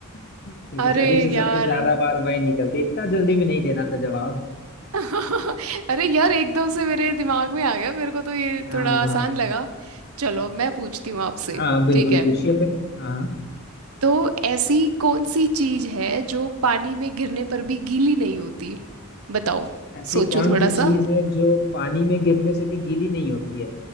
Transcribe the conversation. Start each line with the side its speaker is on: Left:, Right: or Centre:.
Left: क्योंकि
Right: अरे
Left: शरीर से सबसे
Right: यार
Left: ज्यादा बार वही निकलती है इतना जल्दी भी नहीं देना था जवाब
Right: <laughs> अरे यार एकदम से मेरे दिमाग में आ गया मेरे को तो ये
Left: हाँ
Right: थोड़ा आसान लगा चलो मैं पूछती हूँ आपसे
Left: हाँ बिल्कुल
Right: ठीक है
Left: पूछिए फिर हाँ हाँ।
Right: तो ऐसी कौन सी चीज है जो पानी में गिरने पर भी गीली नहीं होती बताओ
Left: ऐसी
Right: सोचो
Left: कौन
Right: थोड़ा
Left: सी चीज
Right: सा
Left: है जो पानी में गिरने से भी गीली नहीं होती है